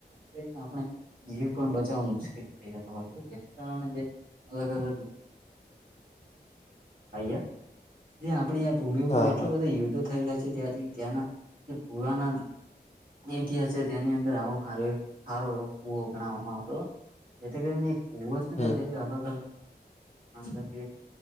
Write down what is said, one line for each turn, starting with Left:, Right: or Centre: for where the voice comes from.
Right: કરીને આપણે જીવ પણ બચાવવા મુશ્કેલ થઈ જતો હોય છે જેના કારણે જે અલગ અલગ <unintelligible> જે આપણી આ ભૂમિ ઉપર
Left: હા
Right: એટલો
Left: હા
Right: બધા યુદ્ધ થયેલા છે ત્યાંથી ત્યાંના પુરાના ઇતિહાસ છે તેની અંદર આવો કાર સારો એ કુવો ગણાવવામાં આવતો જેથી કરીને ઓ છે
Left: હમ
Right: એ તે અલગ અલગ અંદર